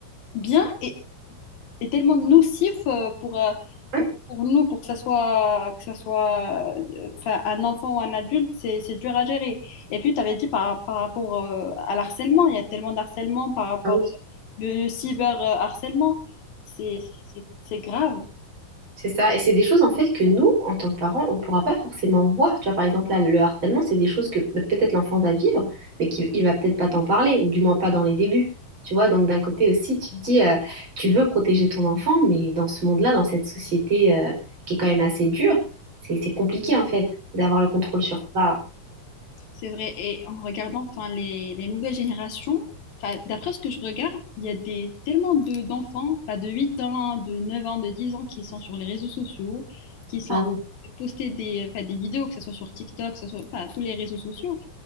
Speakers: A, on the left (about 70°); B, on the right (about 30°).
A: bien et, et tellement nocif euh, pour, euh,
B: Ouais.
A: pour, pour nous, pour que ça soit, que ça soit euh, enfin, un enfant ou un adulte, c'est c'est dur à gérer. Et puis, tu avais dit par, par rapport euh, à l'harcèlement, il y a tellement d'harcèlement par rapport
B: Ah oui.
A: au cyberharcèlement, c'est c'est- c'est grave.
B: C'est ça, et c'est des choses en fait que nous, en tant que parents, on ne pourra pas forcément voir. Tu vois, par exemple, là, le harcèlement, c'est des choses que bah, peut-être l'enfant va vivre, mais qu'il il va peut-être pas t'en parler, ou du moins pas dans les débuts. Tu vois, donc d'un côté aussi, tu te dis, euh, tu veux protéger ton enfant, mais dans ce monde-là, dans cette société euh, qui est quand même assez dure, c'est c'est compliqué en fait d'avoir le contrôle sur ça.
A: C'est vrai. Et en regardant enfin, les, les nouvelles générations, enfin, d'après ce que je regarde, il y a des, tellement de, d'enfants, enfin, de 8 ans, de 9 ans, de 10 ans, qui sont sur les réseaux sociaux, qui sont
B: Ah oui.
A: poster des, enfin, des vidéos, que ce soit sur TikTok, que ce soit enfin, tous les réseaux sociaux.